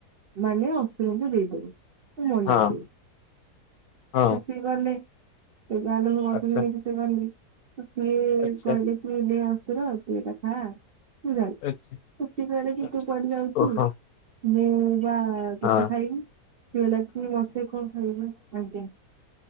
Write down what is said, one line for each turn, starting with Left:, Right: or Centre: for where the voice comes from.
Right: ମାନେ ଅସୁରଙ୍କୁ ଦେଇଦେବେ। <unintelligible>
Left: ହଁ ହଁ
Right: <unintelligible>
Left: ଆଚ୍ଛା
Right: <unintelligible>
Left: ଆଚ୍ଛା
Right: ତୁ କୁଆଡେ
Left: ଆଚ୍ଛା
Right: ଯାଉଚୁ।
Left: ଆଚ୍ଛା ଓହୋ
Right: <unintelligible> କହିଲା
Left: ହଁ
Right: କେତେ ଖାଇବୁ ସେ କହିଲା କି ମତେ କଣ ଖାଇବ ଆଜ୍ଞା।